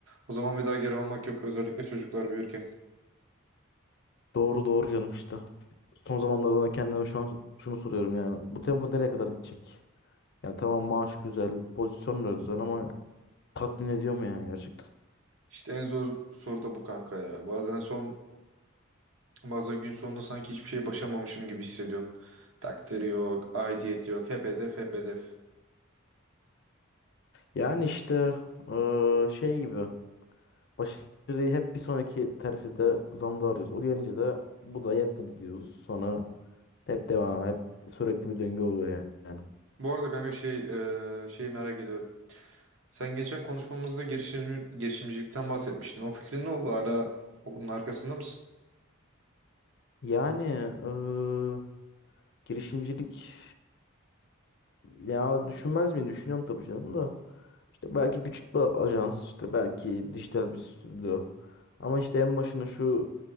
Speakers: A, on the right (about 75°); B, on the left (about 55°).
A: o zaman bir daha geri almak yok. Özellikle çocuklar büyürken.
B: Doğru doğru canım işte. Son zamanlarda da kendime şu an şunu soruyorum yani. Bu tempo nereye kadar gidecek? Ya tamam maaş güzel, pozisyon da güzel ama tatmin ediyor mu yani gerçekten?
A: İşte en zor soru da bu kanka ya. Bazen son bazen gün sonunda sanki hiçbir şey başamamışım gibi hissediyorum. Takdiri yok, aidiyet yok. Hep hedef, hep hedef.
B: Yani işte eee, şey gibi başarıyı hep bir sonraki terfide zamda arıyoruz. O gelince de bu da yetmedi diyoruz. Sonra hep devam, hep sürekli bir döngü oluyor yani.
A: Bu arada kanka şey eee şeyi merak ediyorum. Sen geçen konuşmamızda girişim, girişimcilikten bahsetmiştin. O fikrin ne oldu? Hala onun arkasında mısın?
B: Yani eee, girişimcilik Ya düşünmez miyim? Düşünüyorum tabii canım da. İşte belki küçük bir ajans, işte belki dijital bir stüdyo. Ama işte en başına şu